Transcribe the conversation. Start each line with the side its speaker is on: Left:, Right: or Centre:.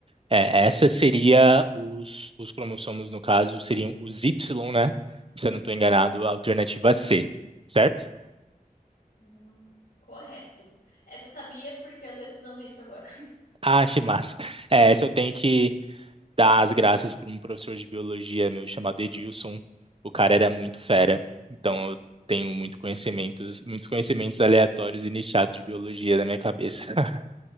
Right: É, essa seria os, os cromossomos, no caso, seriam os Y, né? Se eu não estou enganado, a alternativa C, certo?
Left: Hum, Correto. Essa eu sabia porque eu tô estudando isso agora.
Right: Ah, que massa. É, essa eu tenho que dar as graças para um professor de biologia meu chamado Edilson. O cara era muito fera. Então eu tenho muito conhecimentos, muitos conhecimentos aleatórios e nichados de biologia na minha cabeça. <laughs>